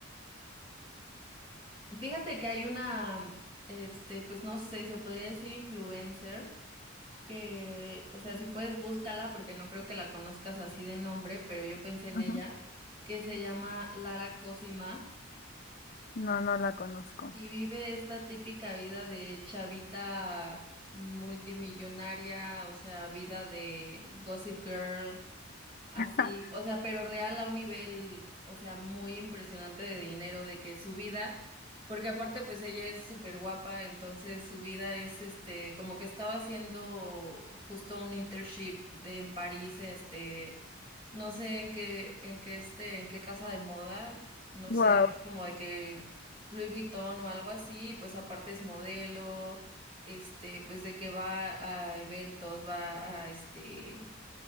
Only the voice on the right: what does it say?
<laughs> Fíjate que hay una, este, pues no sé, se podría decir influencer, que, o sea, si puedes búscala porque no creo que la conozcas así de nombre, pero yo pensé en
ella, que se llama Lara Cosima.
Y vive esta típica vida de chavita multimillonaria, o sea, vida de Gossip Girl, Así,
o sea, pero real a un nivel, o sea, muy impresionante de dinero, de que su vida, porque aparte pues ella es súper guapa, entonces su vida es este, como que estaba haciendo justo un internship de en París, este, no sé en qué, en qué este, en qué casa de moda, no
sé, como de que Louis Vuitton o algo así, y pues aparte es modelo, este, pues de que va a eventos, va a este